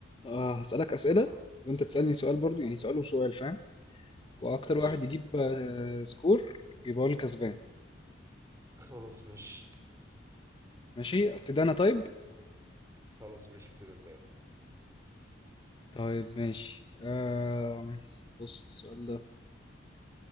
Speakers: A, on the left; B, on the right.
A: آه هسالك اسئله
B: اه
A: وانت تسالني سؤال برضو يعني سؤال وسؤال فاهم واكتر
B: ماشي
A: واحد
B: فهمتك
A: يجيب آه
B: اه
A: سكور يبقى هو الكسبان
B: خلاص مش
A: ماشي ابتدي انا طيب
B: خلاص مش ابتدي انت يلا
A: طيب ماشي آم، بص السؤال ده